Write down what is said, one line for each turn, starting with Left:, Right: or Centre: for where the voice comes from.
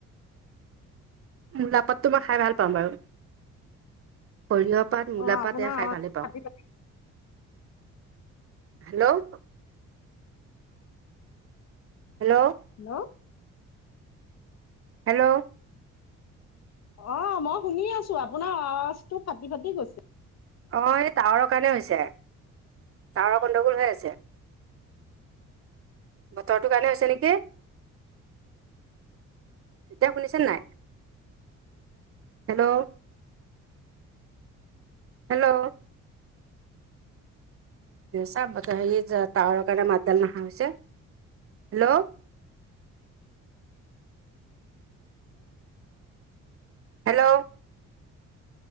Right: মূলাপাতটো মই খাই ভাল পাওঁ বাৰু সৰিয়হ পাত মূলা
Left: অ',
Right: পাত
Left: আপোনাৰ
Right: এয়া খাই
Left: আৱাজটো
Right: ভালেই পাওঁ
Left: ফাটি ফাটি
Right: হেল্ল' হেল্ল'
Left: হেল্লো
Right: হেল্ল'
Left: অ', মই শুনি আছো আপোনাৰ আজটো ফাটি ফাটি গৈছে
Right: অ', এই টাৱাৰৰ কাৰণে হৈছে টাৱাৰৰ গণ্ডগোল হৈ আছে বতৰটো কানি আছে নেকি? এতিয়া শুনিছে নাই হেল্ল' হেল্ল' চা টাৱাৰৰ কাৰণে মাতডাল নহা হৈছে হেল্ল' হেল্ল